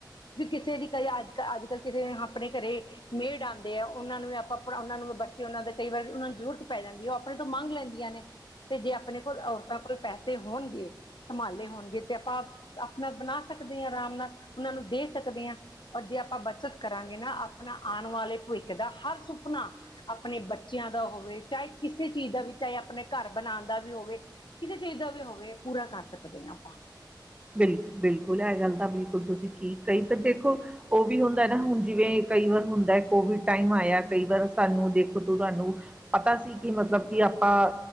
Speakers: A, on the left (about 80°); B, on the right (about 15°).
A: ਵੀ ਕਿਸੇ ਦੀ ਕਈ ਅੱਜ‌। ਅੱਜ ਕੱਲ੍ਹ ਕਿਸੇ ਆਪਣੇ ਘਰੇ ਮੇਡ ਆਉਂਦੇ ਆ ਉਹਨਾਂ ਨੂੰ ਵੀ ਆਪਾਂ। ਆਪ ਉਹਨਾਂ ਨੂੰ ਬੱਚੇ ਉਹਨਾਂ ਦੇ ਕਈ ਵਾਰੀ ਉਹਨਾਂ ਨੂੰ ਜ਼ਰੂਰਤ ਪੈ ਜਾਂਦੀ ਹੈ, ਉਹ ਆਪਣੇ ਤੋਂ ਮੰਗ ਲੈਂਦੀਆਂ ਨੇ। ਤੇ ਜੇ ਆਪਣੇ ਕੋਲ ਔਰਤਾਂ ਕੋਲ ਪੈਸੇ ਹੋਣਗੇ ਸੰਭਾਲੇ ਹੋਣਗੇ। ਤੇ ਆਪਾਂ ਆਪਣਾ ਬਣਾ ਸਕਦੇ ਹਾਂ, ਆਰਾਮ ਨਾਲ ਉਹਨਾਂ ਨੂੰ ਦੇ ਸਕਦੇ ਹਾਂ। ਔਰ ਜੇ ਆਪਾਂ ਬੱਚਤ ਕਰਾਂਗੇ, ਨਾ ਆਪਣਾ ਆਉਣ ਵਾਲੇ ਭਵਿੱਖ ਦਾ ਹਰ ਸੁਪ ਨਾ ਆਪਣੇ ਬੱਚਿਆਂ ਦਾ ਹੋਵੇ ਚਾਹੇ ਕਿਸੇ। ਕਿਸੇ ਚੀਜ਼ ਦਾ ਵੀ ਚਾਹੇ, ਆਪਣੇ ਘਰ ਬਣਾਉਣ ਦਾ ਵੀ ਹੋਵੇ ਕਿਸੇ ਚੀਜ਼ ਦਾ ਵੀ ਹੋਵੇ ਪੂਰਾ ਕਰ ਸਕਦੇ ਹਾਂ ਆਪਾਂ।
B: ਬਿਲਕੁਲ -ਬਿਲਕੁਲ, ਇਹ ਗੱਲ ਤਾਂ ਬਿਲਕੁਲ ਤੁਸੀਂ ਠੀਕ ਕਈ ਦੇਖੋ। ਉਹ ਵੀ ਹੁੰਦਾ ਨਾ ਹੁਣ ਜਿਵੇਂ ਕਈ ਵਾਰ ਹੁੰਦਾ, ਕੋਵਿਡ ਟਾਈਮ ਆਇਆ ਕਈ ਵਾਰ। ਸਾਨੂੰ ਦੇਖੋ ਤੂੰ ਤੁਹਾਨੂੰ। ਆਪਾਂ ਸੀ ਕਿ ਮਤਲਬ ਕਿ ਆਪਾਂ